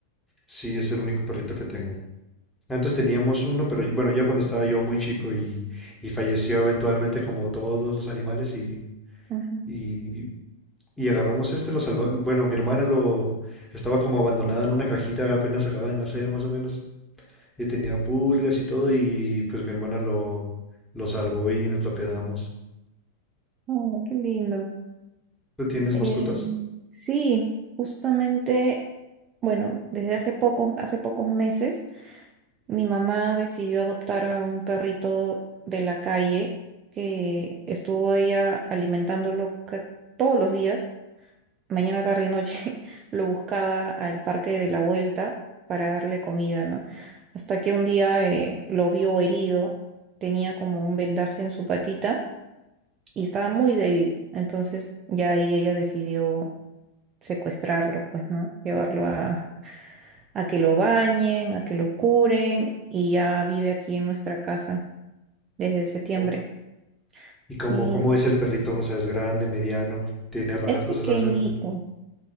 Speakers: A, in the centre; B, on the right.
A: Sí, es el único perrito que tengo. Antes teníamos uno, pero bueno, ya cuando estaba yo muy chico y, y falleció eventualmente como todos los animales y,
B: Ajá.
A: y, y agarramos este, lo salvó. Bueno, mi hermana lo estaba como abandonada en una cajita apenas acababa de nacer más o menos y tenía pulgas y todo y pues mi hermana lo, lo salvó y nos lo quedamos.
B: Oh, qué lindo.
A: ¿Tú tienes
B: Eh,
A: mascotas?
B: sí, justamente, bueno, desde hace pocos, hace pocos meses, mi mamá decidió adoptar a un perrito de la calle que estuvo ella alimentándolo ca- todos los días mañana, tarde y noche <laughs> lo buscaba al parque de la vuelta para darle comida, ¿no? Hasta que un día eh, lo vio herido, tenía como un vendaje en su patita y estaba muy débil. Entonces ya ahí ella decidió secuestrarlo, pues, ¿no? Llevarlo a, a que lo bañen, a que lo curen y ya vive aquí en nuestra casa desde septiembre.
A: Oh. ¿Y
B: Sí,
A: cómo, cómo es el perrito? O sea, es grande, mediano, tiene raza,
B: es pequeñito,
A: o sea, ¿sabes alguna?